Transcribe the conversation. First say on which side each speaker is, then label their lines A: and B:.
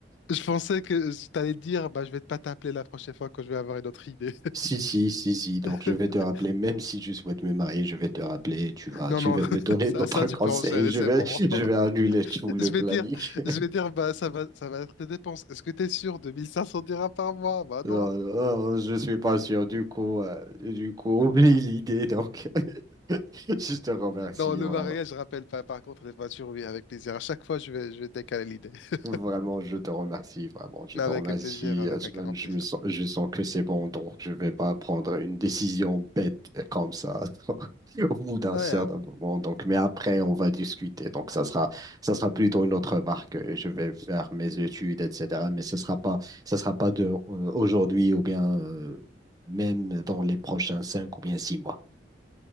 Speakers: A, on the left; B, on the right.
A: je pensais que je t'allais dire, bah, je vais pas t'appeler la prochaine fois quand je vais avoir une autre idée.
B: Si, si, si, si. Donc,
A: <laughs>
B: je vais te rappeler, même si tu souhaites me marier, je vais te rappeler. Tu vas,
A: Non,
B: tu
A: non,
B: vas
A: <laughs>
B: me donner
A: ça,
B: d'autres
A: ça tu
B: <laughs> conseils.
A: peux enchaîner,
B: Je
A: c'est
B: vais,
A: bon.
B: je
A: <laughs>
B: vais annuler tout le
A: Je vais
B: planning.
A: dire,
B: <laughs>
A: je vais dire, bah, ça va, ça va être des dépenses. Est-ce que t'es sûr de 1500 dirhams par mois? Bah
B: Non,
A: non.
B: non, je suis pas sûr. Du coup, euh, du coup, <laughs> oublie l'idée. Donc, <laughs> je te remercie
A: Non, le
B: vraiment.
A: mariage, je rappelle pas. Par contre, les voitures, oui, avec plaisir. À chaque fois, je vais, je vais décaler l'idée. <laughs>
B: Vraiment, je te remercie, vraiment, je
A: Mais
B: te
A: avec
B: remercie,
A: plaisir, avec
B: Asman.
A: un grand
B: Je
A: plaisir.
B: me sens, je sens que c'est bon, donc je vais pas prendre une décision bête euh, comme ça <laughs> au bout d'un
A: Ouais,
B: certain
A: euh,
B: moment. Donc, mais après, on va discuter. Donc, ça sera, ça sera plutôt une autre marque. euh, Je vais faire mes études, etc. Mais ce sera pas, ça sera pas de euh, aujourd'hui ou bien euh, même dans les prochains cinq ou bien six mois.